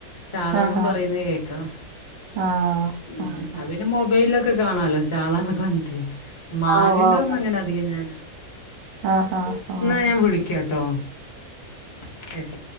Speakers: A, on the left; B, on the right.
A: ചാളാന്നും
B: ആഹ്
A: പറയുന്ന കേക്കാം
B: ആഹ്
A: ഉം
B: ആഹ്
A: അപോ പിന്നെ മൊബൈലിലൊക്കെ കാണാലോ ചാളാന്നൊക്കെ വന്നിട്ട് മാങ്ങേന്റെ
B: ആഹ്
A: ഒന്നും അങ്ങനെ അധികം ഞാന്
B: ആഹ് ആഹ് ആഹ് ആഹ്
A: ന്നാ ഞാൻ വിളിക്കാട്ടോ ശരി